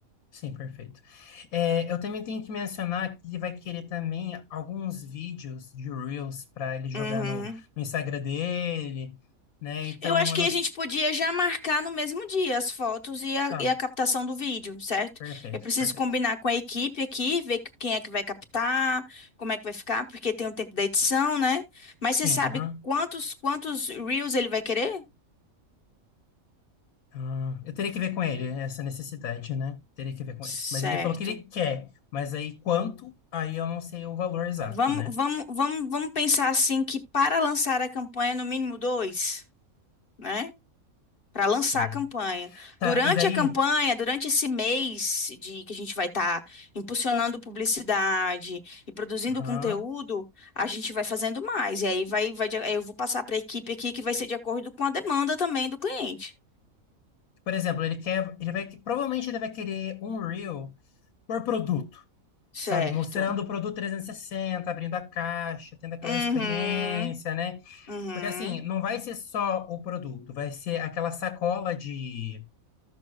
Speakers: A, on the left; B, on the left.
A: Sim, perfeito. É, eu também tenho que mencionar que ele vai querer também alguns vídeos de Reels para ele jogar
B: Uhum.
A: no, no Instagram dele, né? Então,
B: Eu acho
A: eu
B: que
A: não
B: a
A: sei.
B: gente podia já marcar no mesmo dia as fotos e a,
A: Tá,
B: e a captação do vídeo, certo?
A: perfeito,
B: Eu preciso
A: perfeito.
B: combinar com a equipe aqui, ver que- quem é que vai captar, como é que vai ficar, porque tem o tempo da edição, né? Mas
A: Sim,
B: você sabe
A: aham.
B: quantos quantos reels ele vai querer?
A: Ah, eu teria que ver com ele essa necessidade, né? Teria que ver com
B: Certo.
A: ele. Mas ele falou que ele quer, mas aí quanto? Aí eu não sei o valor exato,
B: Vamos,
A: né?
B: vamos, vamos, vamos pensar assim que para lançar a campanha, no mínimo dois, né? para
A: Sim.
B: lançar a campanha.
A: Tá,
B: Durante
A: e daí?
B: a campanha, durante esse mês de que a gente vai estar impulsionando publicidade e produzindo
A: Aham.
B: conteúdo, a gente vai fazendo mais. E aí vai, vai, de- aí eu vou passar para a equipe aqui que vai ser de acordo com a demanda também do cliente.
A: Por exemplo, ele quer, ele vai, provavelmente ele vai querer um Reel por produto.
B: Certo.
A: sabe? Mostrando o produto trezentos e sessenta abrindo a caixa, tendo aquela
B: Uhum.
A: experiência, né?
B: Uhum.
A: Porque assim, não vai ser só o produto, vai ser aquela sacola de.